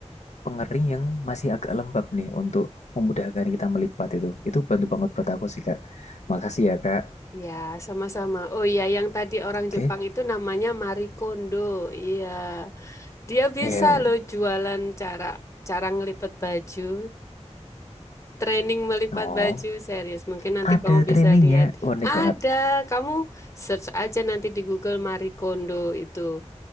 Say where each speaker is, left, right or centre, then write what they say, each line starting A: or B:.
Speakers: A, on the left; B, on the left.
A: pengering yang masih agak lembab nih untuk memudahkan kita melipat itu. Itu bantu banget buat aku sih Kak. Makasih ya Kak.
B: Ya, sama-sama. Oh iya, yang tadi orang
A: Oke.
B: Jepang itu namanya Marie Kondo. Iya. Dia bisa
A: ya
B: loh jualan cara cara ngelipet baju. Training melipat
A: Oh,
B: baju serius. Mungkin nanti
A: ada
B: kamu bisa
A: trainingnya.
B: lihat.
A: Unik
B: Ada,
A: banget.
B: kamu search aja nanti di Google Marie Kondo itu.